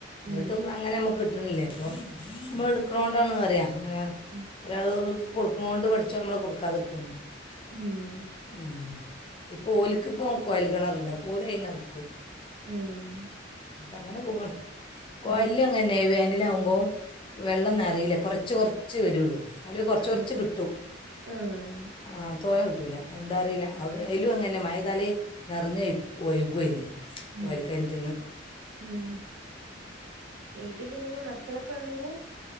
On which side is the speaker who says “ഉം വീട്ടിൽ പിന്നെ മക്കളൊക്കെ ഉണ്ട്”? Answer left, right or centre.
Right